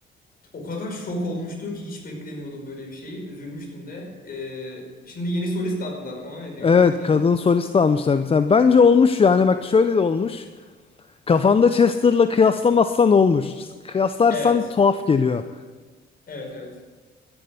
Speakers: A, on the left; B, on the left.
A: O kadar şok olmuştum ki hiç beklemiyordum böyle bir şeyi. Üzülmüştüm de. Ee, şimdi yeni solist aldılar. Ona ne diyorsun
B: Evet
A: peki?
B: kadın solist almışlar bir tane. Bence olmuş yani bak şöyle de olmuş. Kafanda Chester'la kıyaslamazsan olmuş. Kıyaslarsan
A: Evet.
B: tuhaf geliyor.
A: Evet evet.